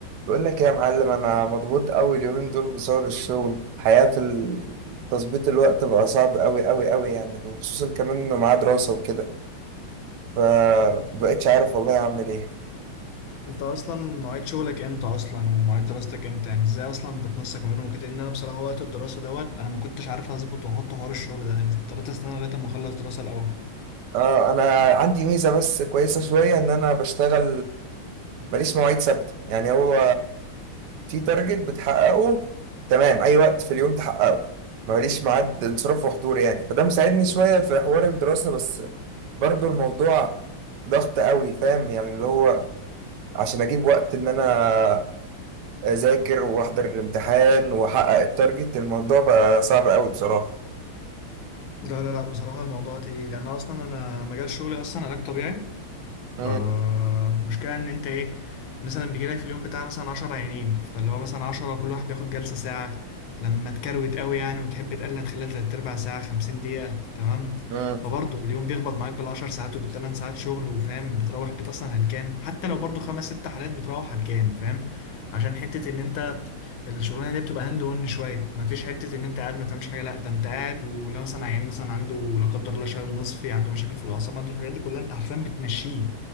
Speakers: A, on the right; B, on the left.
A: بقول لك إيه يا معلم انا مضغوط قوي اليومين دول بسبب الشغل الحياة في ال- تظبيط الوقت بقى صعب قوي قوي قوي يعني وخصوصا كمان انه معاه دراسة وكده فبقيتش
B: انت
A: عارف والله اعمل ايه
B: انت اصلا مواعيد شغلك امتى اصلا ومواعيد دراستك امتى يعني ازاي اصلا بتنسق ما بينهم وكده ان انا بصراحه وقت الدراسه دوت انا ما كنتش عارف اظبط واحط حوار الشغل ده يعني اضطريت استنى لغايه اما اخلص دراسه الاول
A: اه انا عندي ميزه بس كويسه شويه ان انا بشتغل ماليش مواعيد ثابته يعني هو في تارجت بتحققه تمام اي وقت في اليوم تحققه ماليش ميعاد انصراف وحضور يعني فده مساعدني شويه في حوار الدراسه بس برضو الموضوع ضغط قوي فاهم يعني اللي هو عشان اجيب وقت ان انا اذاكر واحضر الامتحان واحقق التارجت الموضوع بقى صعب قوي بصراحه
B: لا لا لا بصراحه الموضوع تقيل يعني انا اصلا انا مجال شغلي اصلا علاج طبيعي
A: مم،
B: فالمشكلة إن أنت إيه مثلا بيجيلك في اليوم بتاع مثلا عشرة عيانين فاللي هو مثلا عشرة كل واحد بياخد جلسة ساعة لما تكروت قوي يعني وتحب تقلل هتخليها تلات أرباع ساعة خمسين دقيقة تمام
A: مم،
B: فبرضه اليوم بيخبط معاك بالعشر ساعات وبالتمن ساعات شغل وفاهم بتروح البيت أصلا هلكان حتى لو برضه خمس ست حالات بتروح هلكان فاهم عشان حتة إن أنت الشغلانه دي بتبقى هاند اون شويه ما فيش حته ان انت قاعد ما تعملش حاجه لا ده انت قاعد ولو مثلا عيان مثلا عنده لا قدر الله شلل نصفي عنده مشاكل في الاعصاب عنده الحاجات دي كلها انت عارفين بتمشيه